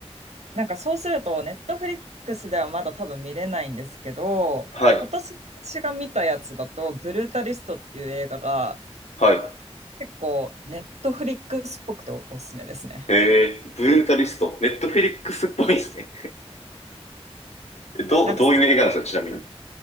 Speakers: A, on the right; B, on the left.
A: なんかそうすると、ネットフリックスではまだ多分見れないんですけど、
B: はい。
A: 今年私が見たやつだと、ブルータリストっていう映画が
B: はい。
A: 結構ネットフリックスっぽくてお、おすすめですね。
B: えー、ブルータリスト。ネットフリックスっぽいですね。<laughs> ど、
A: なんかす、
B: どういう映画なんですか、ちなみに。